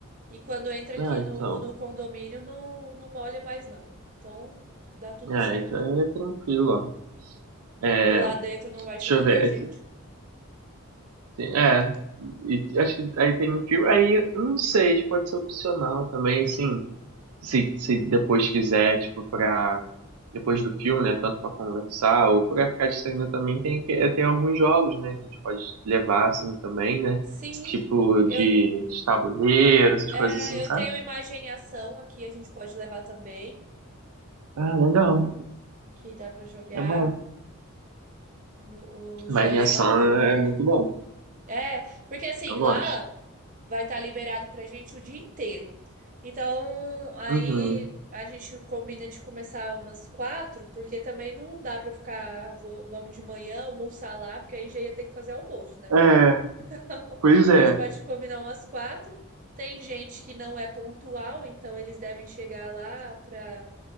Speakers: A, on the right; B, on the right.
A: E quando entra aqui
B: Ah,
A: no,
B: então.
A: no condomínio, não, não molha mais, não. Então, dá tudo
B: É,
A: certo.
B: então é tranquilo, ó. É,
A: E lá dentro não vai
B: deixa
A: chover
B: eu ver.
A: na gente?
B: tem- É, e acho que aí tem um filme. Aí, eu não sei, acho que pode ser opcional também, assim. se, se depois quiser, tipo, pra. Depois do filme, né? Tanto para conversar ou para ficar distraindo também, tem, que- é, tem alguns jogos, né? Que a gente pode levar, assim, também, né?
A: Sim,
B: Tipo
A: eu,
B: de, de tabuleiro, essas
A: é,
B: coisas assim,
A: eu
B: sabe?
A: tenho imagem em ação aqui, a gente pode levar também,
B: Ah, legal.
A: que dá pra jogar
B: É bom.
A: o- os
B: Imaginação
A: jogos de tabuleiro da
B: é
A: onde.
B: muito bom.
A: É, porque assim,
B: Eu
A: lá
B: gosto.
A: vai estar liberado pra gente o dia inteiro. Então, aí
B: Uhum.
A: a gente combina de começar umas quatro, porque também não dá pra ficar, "Ah, vou- vamos de manhã almoçar lá, porque aí já ia ter que fazer almoço, né?
B: É,
A: <laughs> Então,
B: pois é.
A: a gente pode combinar umas quatro. Tem gente que não é pontual, então eles devem chegar lá pra